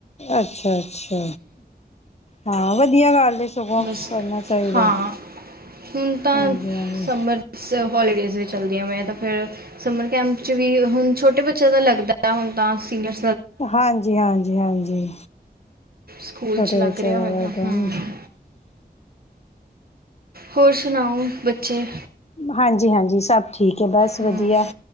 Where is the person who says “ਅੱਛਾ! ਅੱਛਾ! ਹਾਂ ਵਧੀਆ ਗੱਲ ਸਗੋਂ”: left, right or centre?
Left